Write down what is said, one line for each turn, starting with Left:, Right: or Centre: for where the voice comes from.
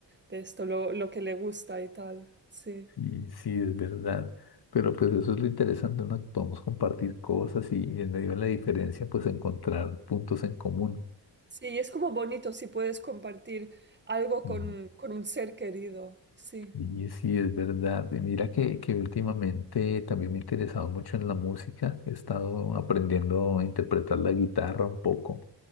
Right: de esto, lo, lo que le gusta y tal. Sí.
Left: Y sí, es verdad. Pero pues eso es lo interesante, ¿no? Que Podemos compartir cosas y, y en medio de la diferencia, pues encontrar puntos en común.
Right: Sí, es como bonito si puedes compartir algo con,
Left: Mm,
Right: con un ser querido. Sí,
Left: Y sí, es verdad. Y mira que, que últimamente también me he interesado mucho en la música. He estado aprendiendo a interpretar la guitarra un poco.